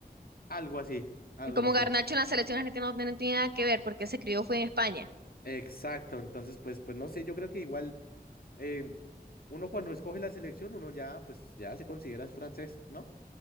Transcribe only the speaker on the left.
Algo así, algo
así.
Exacto, entonces pues, pues no sé, yo creo que igual em, uno cuando escoge la selección, uno ya pues ya se considera es francés, ¿no?